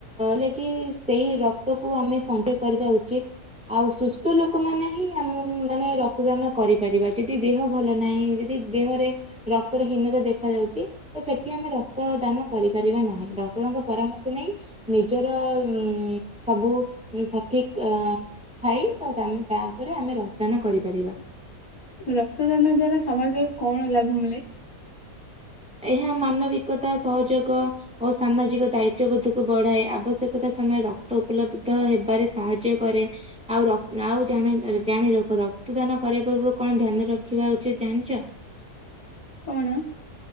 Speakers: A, in the centre; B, on the left.
A: ଲାଗି ସେଇ ରକ୍ତକୁ ଆମେ ସଗହ କରିବା ଉଚିତ ଆଉ ସୁସ୍ଥ ଲୋକ ମାନେ ହିଁ ଆମେ ମାନେ ରକ୍ତଦାନ କରିପାରିବା ଯଦି ଦେହ ଭଲ ନାହିଁ ଯଦି ଦେହରେ ରକ୍ତର ହୀନତା ଦେଖା ଯାଉଛି ତ ସେଠି ଆମେ ରକ୍ତ ଦାନ କରି ପାରିବା ନାହି ଡକ୍ଟରଙ୍କ ପରାମର୍ଷ ନେଇ ନିଜର ଉ ସବୁ ସଠିକ ଅ ଥାଇ ତାପରେ ଆମେ ରକତ ଦାନ କରିପାରିବା।
B: ରକ୍ତଦାନ ଦ୍ଵାରା ସମାଜକୁ କଣ ଲାଭ ମିଳେ?
A: ଏହା ମାନବିକତା ସହଯୋଗ ଓ ସାମାଜିକ ଦାୟିତ୍ୱବୋଧକୁ ବଢ଼ାଏ ଆବଶ୍ୟକତା ସମୟରେ ରକ୍ତ ଉପଲବ୍ଧ ହେବାରେ ସାହାଯ୍ୟ କରେ ଆଉ ର ଆଉ ଜାଣି ରଖ ରକ୍ତଦାନ କରିବା ପୂର୍ବରୁ କଣ ଧ୍ୟାନ ରଖିବା ଉଚିତ ଜାଣିଛ?
B: କଣ?